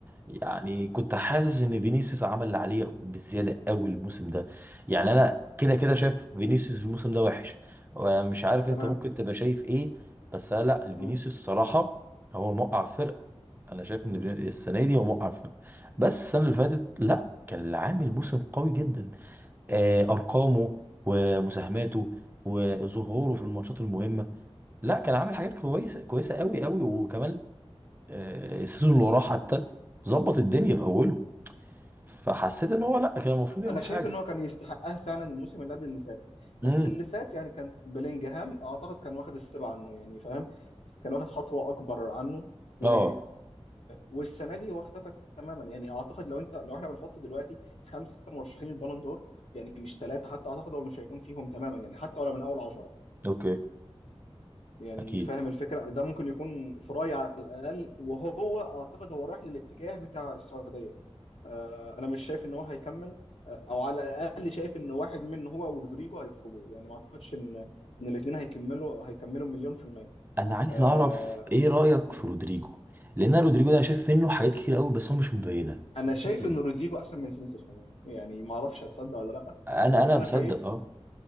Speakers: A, on the right; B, on the left.
A: يعني كنت حاسس ان فينيسيوس عمل اللي عليه بزيادة قوي الموسم ده يعني انا كده كده
B: مم.
A: شايف فينيسيوس الموسم ده وحش مش عارف انت
B: تمام
A: ممكن تبقى شايف ايه بس أنا لا الفينيسيوس
B: مم.
A: الصراحة هو موقع فرقة
B: مم.
A: انا شايف ان فيني- السنة دي هو موقع فرقة بس السنة اللي فاتت لا
B: مم.
A: كان عامل موسم قوي جدا آه، ارقامه ومساهماته وظهوره في الماتشات المهمه لا كان عامل حاجات كويسه كويسه قوي قوي وكمان آه، السيزون اللي وراه حتى ظبط الدنيا في اوله فحسيت ان هو لا كان المفروض ياخد
B: انا شايف
A: حاجه
B: ان هو كان يستحقها فعلا الموسم اللي قبل اللي فات بس
A: امم
B: اللي فات يعني كان بلينجهام اعتقد كان واخد ستيب عنه يعني فاهم كان واخد خطوه اكبر عنه و...
A: اه
B: والسنه دي هو اختفى تماما يعني اعتقد لو انت لو احنا بنحط دلوقتي خمسه مرشحين البالون دور يعني مش ثلاثه حتى اعتقد هو مش هيكون فيهم تماما يعني حتى ولا من اول عشره
A: اوكي
B: يعني
A: اكيد
B: فاهم الفكرة ده ممكن يكون فراي على الأقل وهو أعتقد هو رايح للاتجاه بتاع السعودية آه، أنا مش شايف إن هو هيكمل آه، أو على الأقل شايف إن واحد من هو ورودريجو هيخرجوا يعني ما أعتقدش إن إن الاتنين هيكملوا هيكملوا مليون في المية
A: انا عايز
B: آه،
A: اعرف ايه رايك
B: أمم.
A: في رودريجو لان أنا رودريجو ده انا شايف منه حاجات كتير قوي بس هو مش مبينه
B: أنا
A: انت
B: شايف
A: شايف ايه
B: إن رودريجو أحسن من فينيسيوس عموما يعني ما أعرفش هتصدق ولا لأ
A: انا
B: بس
A: انا
B: أنا
A: مصدق
B: شايف
A: اه